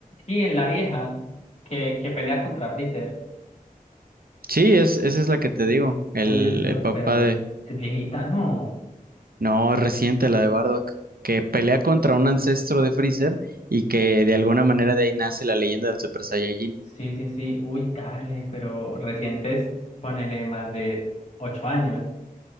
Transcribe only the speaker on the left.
sí, en la vieja que, que pelea contra Freezer.
Uy, es-
pero
es viejita, ¿no?
Sí, sí, sí. Uy, dale, pero recientes, ponele más de ocho años.